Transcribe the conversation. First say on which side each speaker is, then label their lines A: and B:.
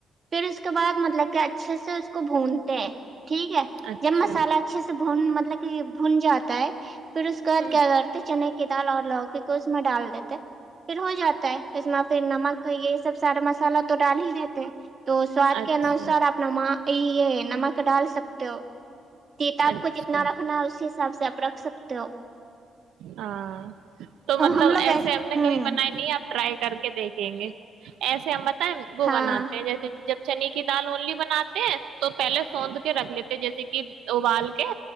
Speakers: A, on the right; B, on the right.
A: پھر اس کے بعد مطلب کہ اچھے سے اس کو بھونتے ٹھیک ہے
B: اچھا
A: جب مسالہ اچھے سے بون مطلب کہ بھن جاتا ہے پھر اس کے بعد
B: ہ
A: کیا کرتے چنے کی دال اور لوگ کو اس میں ڈال دیتے پھر ہو جاتا ہے اس میں پھر نمک یہ سب سارا مسالہ تو ڈال ہی دیتے ہیں تو سواد
B: اچھا
A: کے انوسار اپنا ماں یہ یہ نم ڈال سکتے ہو تیتا آب
B: اچھا
A: کو جتنا رکھنا ہے اسی حساب سے آپ رکھ سکتے ہو
B: ہاں تو مطلب
A: ہم لوگ
B: ایسے نے
A: ہوں
B: کبھی بنائی نہیں آپ ٹرائی کر کے دیکھیں گے ایسے ہم بتائیں وہ
A: ہاں
B: بناتے ہیں جیسے جب چنے کی دال اونلی بناتے ہیں تو پہلے سونندھ کے رکھ لیتے جیسے کہ ابال کے